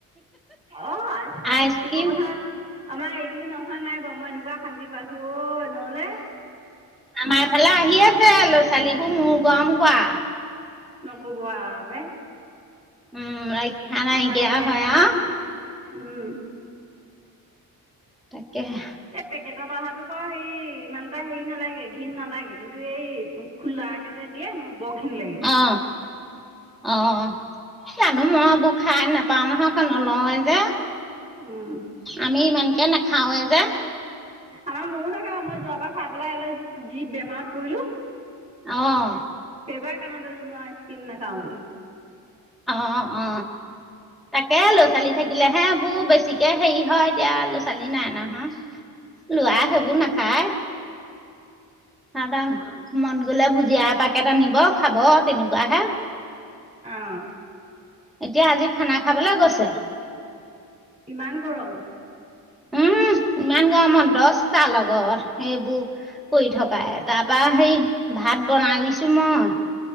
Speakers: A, on the right; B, in the centre.
A: অ' আই
B: আইচক্ৰীম
A: আইছকিম কথা আমাৰ এইকেইদিন নহ অহা নাই বাৰু, মই এনেকুৱা শান্তি পাইছো অ নহলে
B: আমাৰফালে আহি আছে ল'ৰা-ছোৱালীবোৰ মূৰ গৰম কৱা।
A: নকব আও পাই।
B: উম ৰক্ষা নাইকিয়া
A: আমাৰ এইফালে
B: হয়
A: অহা নাই
B: আৰু
A: এদিন। উম
B: তাকেহে
A: এ পেকেটত অহাটো বাৰু হেৰি ইমানটা হেৰি নালাগে ঘিণ নালাগে কিন্তু এই খোলা কাকে যে দিয়ে, মোৰ বৰ ঘৃণ লাগে।
B: অ অ জানো মইবোৰ খাই নোপাও নহয়, কা লওঁয়ে যে
A: উম,
B: আমি ইমানকে নাখাওয়ে যে।
A: আমাৰ ময়ো নাখাও মই যোৱাবাৰ খাই পেলাই যি বেমাৰত পৰিলো।
B: অহ
A: সেইবাৰে কাণত ধৰিছো মই আছকিম নাখাওঁ বুলি।
B: অ অ তাকে ল'ৰা-ছোৱালী থাকিলে হে এইবোৰ বেছিকে হেৰি হয়, এতিয়া ল'ৰা-ছোৱালী নাই নহয়। লোৱায়ে
A: তাকে
B: সেইবোৰ নাখায়। তাত মন গ'লে ভুজিয়া এপেকেট নিব খাব তেনেকুৱাহে।
A: অহ
B: এতিয়া আজি খানা খাবলৈ গৈছে।
A: ইমান গৰমত।
B: উম ইমান গৰমত দছটা লগত সেইবোৰ কৰি থকাই, তাৰপা সেই ভাত বনাই দিছো মই।